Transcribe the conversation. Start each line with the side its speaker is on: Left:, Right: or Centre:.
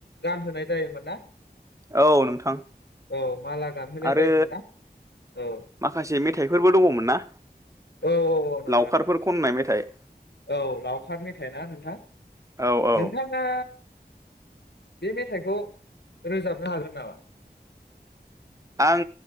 Left: गानहोनाय जायोमोन ना
Right: औ नोंथां
Left: औ माला गानहोनाय
Right: आरो
Left: जायोमोन ना औ
Right: माखासे मेथाइफोरबो दङमोन ना
Left: औ औ नोंथां
Right: लावखारफोर खननाय मेथाइ
Left: औ लावखार मेथाइ ना नोंथा
Right: औ औ
Left: नोंथाङा बे मेथाइखौ रोजाबनो हागोन नामा
Right: आं